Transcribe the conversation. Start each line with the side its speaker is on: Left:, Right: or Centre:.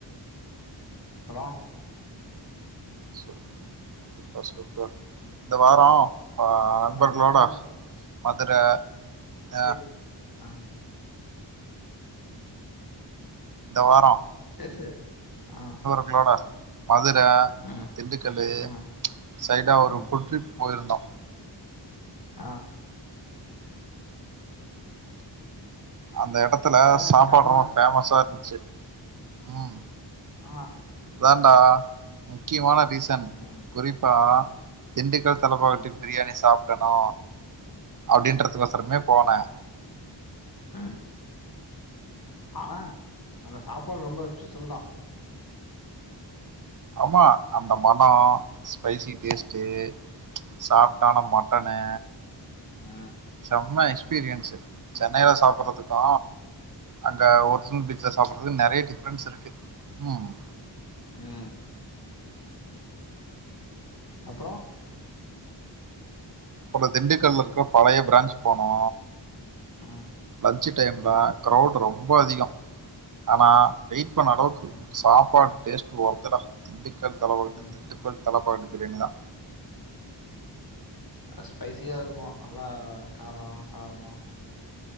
Left: அப்பரோ
Right: சூப்பர் சூப்பர் இந்த வாரோ வா
Left: நா
Right: நண்பர்களோட
Left: நல்லாதா
Right: மதுர அ
Left: ப்டி அ
Right: இந்த வாரோ
Left: பேசு ஆ
Right: <unintelligible> மதுர
Left: ம்
Right: திண்டுக்கலு
Left: ம்
Right: சைடா ஒரு
Left: ம்
Right: ஃபுல் ட்ரிப் போயிருந்தோ
Left: ஆ
Right: அந்த எடத்துல
Left: அட
Right: சாப்பாடு
Left: செம்ம
Right: ரொம்ப பேமஸா இருந்துச்சு உம்
Left: ஆ
Right: அதான்டா முக்கியமான ரீசன்
Left: ம்
Right: குறிப்பா திண்டுக்கல் தலப்பாகட்டி
Left: ம்
Right: பிரியாணி சாப்படணு அப்டின்றதுக்கொசரமே போனே
Left: ம் ஆனா அங்க சாப்பாடு ரொம்ப ஸ்பெஷல் தா
Right: ஆமா அந்த மணொ ஸ்பைசி டேஸ்ட்டு
Left: ம்
Right: சாஃப்ட்டான மட்டனு
Left: ம
Right: செம்ம எக்ஸ்பீரியன்ஸ்சு சென்னைல சாப்பறதுக்கு அங்க
Left: ம்
Right: ஒரிஜ்னல் ச்ல சாப்பிடுறதுக்கு நெறைய டிஃப்ரென்ஸ் இருக்கு ம்
Left: ம் அப்றோ
Right: அப் திண்டுக்கல்ல இருக்கற பழைய பிரான்ஞ்ச் போனோ
Left: அ
Right: லன்ச்சு டைம்லா க்ரௌட் ரொம்ப அதிகோ ஆனா வெயிட் பண்ண அளவுக்கு
Left: ம்
Right: சாப்பாடு டேஸ்ட்டு ஒர்த்துடா திண்டுக்கல் தலப்பாக்கட்டு
Left: ம்
Right: திண்டுக்கல் தலைப்பாக்கட்டு ப்ரியாணி தா
Left: அது ஸ்பைசியா இருக்கு நல்லா காரொ சாரமா